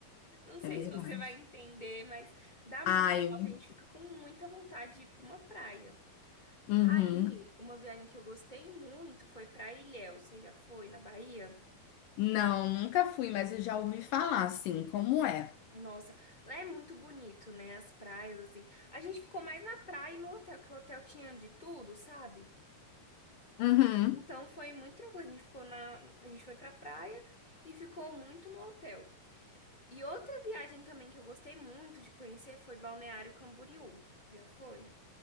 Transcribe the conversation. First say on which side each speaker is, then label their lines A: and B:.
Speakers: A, on the left (about 20°); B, on the left (about 70°).
A: Não sei
B: é verdade.
A: se você vai entender, mas dá muita
B: Ah, eu
A: falta. A gente fica com muita vontade de ir pra uma praia.
B: Uhum.
A: Aí, uma viagem que eu gostei muito foi pra Ilhéus. Você já foi na Bahia?
B: Não, nunca fui, mas eu já ouvi falar, assim, como é.
A: Nossa, lá é muito bonito, né? As praias, assim. A gente ficou mais na praia e no hotel, que o hotel tinha de tudo, sabe?
B: Uhum.
A: Então foi muito tranquilo. A gente ficou na. A gente foi pra praia e ficou muito no hotel. E outra viagem também que eu gostei muito de conhecer foi Balneário Camboriú. Já foi?